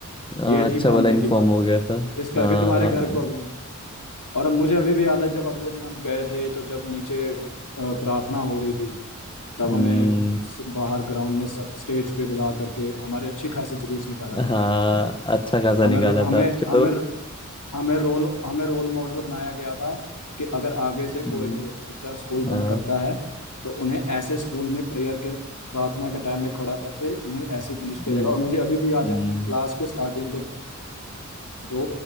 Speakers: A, on the left; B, on the left.
A: हाँ,
B: ये
A: अच्छा
B: थी
A: वाला
B: अंदर
A: इन्फॉर्म
B: की बात
A: हो गया था
B: इस करके
A: हाँ
B: तुम्हारे घर को भी और अब मुझे अभी भी याद है जब अगले दिन हम गए थे तो जब नीचे अ, प्रार्थना हो रही थी तब
A: हम्म,
B: हमें स- बाहर ग्राउंड में सब स्टेज पे बुला करके हमारी अच्छी खासी जुलूस निकाला गया
A: हाँ
B: था
A: अच्छा खासा
B: हमें
A: निकाला
B: रो- हमें
A: था चलो
B: हमें हमें रोल हमें रोल मॉडल बनाया गया था कि अगर आगे से कोई
A: हम्म,
B: भी बच्चा स्कूल
A: हाँ
B: बंक करता है तो उन्हें ऐसे स्कूल में प्रेयर के प्रार्थना के टाइम में खड़ा करके उन्हें ऐसे पनिश किया
A: हम्म,
B: जाएगा और मुझे अभी भी याद
A: हम्म,
B: है हमने क्लास के स्टार्टिंग के दो